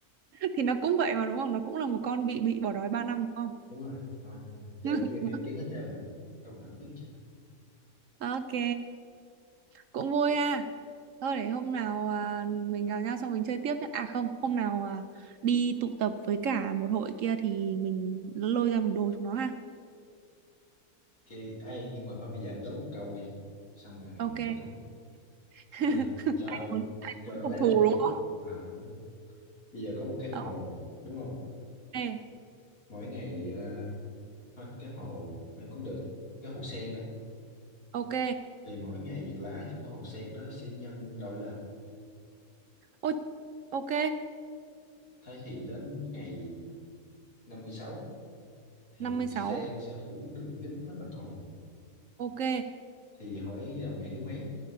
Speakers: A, on the right; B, on the left.
A: thì nó cũng vậy mà đúng không? Nó cũng là một con bị bị bỏ đói ba năm đúng không?
B: Đúng rồi. Thôi nhưng mà chơi
A: <laughs>
B: với em em biết hết trơn à. Câu nào cũng biết chứ.
A: Ok, cũng vui ha. Thôi để hôm nào à, mình gặp nhau xong mình chơi tiếp nhé. À không, hôm nào à, đi tụ tập với cả một hội kia thì mình lôi ra mình đồ chúng nó ha.
B: Ok, ê, nhưng mà thôi bây giờ anh đố một câu đi, xong rồi
A: Ok.
B: kết thúc.
A: <laughs>
B: bây giờ cho
A: Muốn
B: cho
A: Phục
B: lấy lại
A: thù đúng
B: chút
A: không?
B: à đúng rồi bây giờ có một cái hồ
A: <laughs>
B: đúng không
A: Ok,
B: mỗi ngày à, thôi cái hồ à, cũng được cái hồ sen này
A: ok.
B: thì mỗi ngày lá trong cái hồ sen đó sẽ nhân đôi lên
A: Ôi, ok,
B: thế thì đến ngày 56 thì
A: năm mươi sáu
B: sen sẽ phủ được kín hết mặt hồ
A: Ok,
B: thì hỏi vào ngày thứ mấy